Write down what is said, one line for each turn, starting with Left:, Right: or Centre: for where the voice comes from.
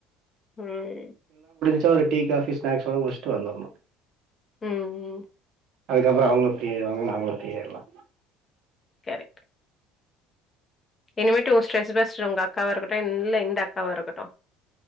Left: ம்
Right: சா ஒரு டீ காஃபி ஸ்நாக்ஸோட முடிஷ்ட்டு வந்தொர்ணு
Left: ம் ம்
Right: அதுக்கப்பறொ அவுங்களு ஃப்ரீ ஆய்ர்வாங்க நாங்களு ஃப்ரீயாய்ர்லா
Left: கரெக்ட் இனிமேட்டு உ ஸ்ட்ரெஸ் பஸ்ட்ரு உங்க அக்காவா இருக்கட்டு இந் இல்ல இந்த அக்காவா இருக்கட்டு